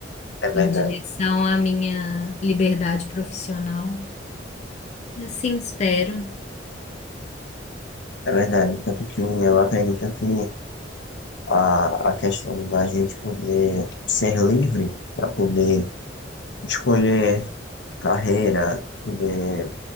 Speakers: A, on the left (about 75°); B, on the left (about 35°).
A: É verdade.
B: Em direção à minha liberdade profissional. Assim espero.
A: É verdade. Tanto que eu acredito que a, a questão da gente poder ser livre para poder escolher carreira, poder